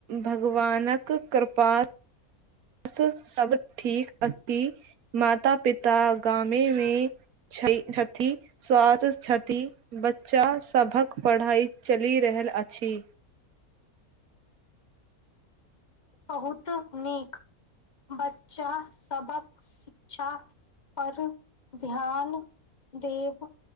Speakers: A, on the right; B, on the left.
A: भगवानक कृपात् से सभ ठीक अती, माता-पिता गामेमे छछै छथी, स्वाद छथि बच्चा सभक पढ़ाई चलिये रहल अछी।
B: बहुत नीक बच्चा सबक शिक्षा पर ध्यान देव।